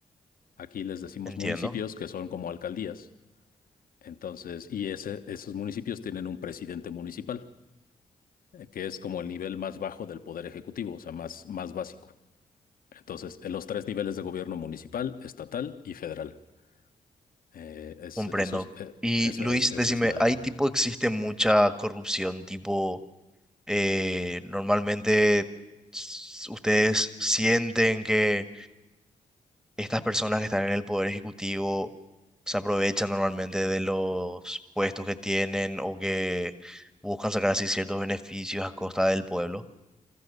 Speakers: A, on the left (about 65°); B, in the centre.
A: Aquí les decimos
B: Entiendo.
A: municipios que son como alcaldías. Entonces, y ese- esos municipios tienen un presidente municipal, eh, que es como el nivel más bajo del poder ejecutivo, o sea, más, más básico. Entonces, en los tres niveles de gobierno municipal, estatal y federal. Eh, es,
B: Comprendo.
A: eso es, eh,
B: Y
A: eso
B: Luis,
A: es- esa
B: decime,
A: es la...
B: ahí tipo existe mucha corrupción, tipo, eh, normalmente s- ustedes sienten que estas personas que están en el poder ejecutivo se aprovechan normalmente de los puestos que tienen o que buscan sacar así ciertos beneficios a costa del pueblo.